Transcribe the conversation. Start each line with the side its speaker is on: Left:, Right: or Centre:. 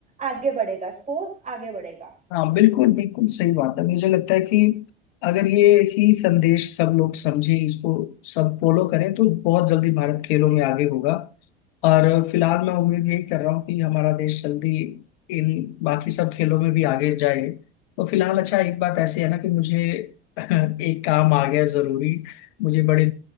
Right: आगे बढ़ेगा स्पोर्ट्स आगे बढ़ेगा
Left: हाँ बिल्कुल बिल्कुल सही बात है मुझे लगता है कि अगर ये ही संदेश सब लोग समझें इसको सब फॉलो करें तो बहुत जल्दी भारत खेलों में आगे होगा और फिलहाल मैं उम्मीद यही कर रहा हूँ कि हमारा देश जल्दी इन बाकी सब खेलों में भी आगे जाए तो फिलहाल अच्छा एक बात ऐसी है ना कि मुझे <laughs> एक काम आ गया है जरूरी मुझे बड़े